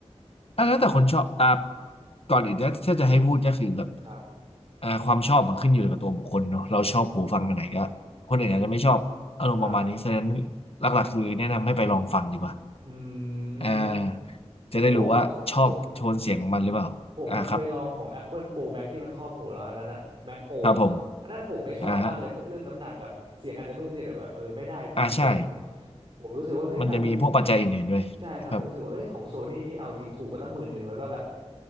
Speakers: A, on the left; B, on the right.
A: อ่ะแล้วแต่คนชอบอ่ะก่อนอื่นถ้าถ้าจะให้พูดก็คือแบบ
B: ครับ
A: อ่าความชอบมันขึ้นอยู่กับตัวบุคคลเนาะเราชอบหูฟังอันไหนก็คนอื่นอาจจะไม่ชอบอารมณ์ประมาณนี้ฉะนั้น
B: ครับ
A: หลักๆคือแนะนำให้ไปลองฟังดีกว่า
B: อื
A: อ่าจะได้รู้ว่าชอบโทนเสียงของมันหรือเปล่าอ่าครับ
B: มเพราะผมอะผม ผมมาเคยลองของ Apple Pro Max ที่มันครอบหูแล้วอันนั้นอะ Mac Pro
A: ครับผม
B: อะอันนั้นผมไม่ชอบมากเลยพวกเรื่องน้ำหนักกับเสียงอาจจะนุ่มจริงแต่แบบเออไม่ได้จริงผม
A: อ่าฮะอ่าใช่
B: ผมรู้สึกว่าเฮ้ยตามจริง
A: มันจะมีพวกปัจจัยอื่นๆด้วยครับ
B: ใช่ครับผมรู้สึกว่าเอ้ยของโซนี่นี่เอาจริงถูกกว่าตั้งหมื่นหนึ่งแล้วก็แบบ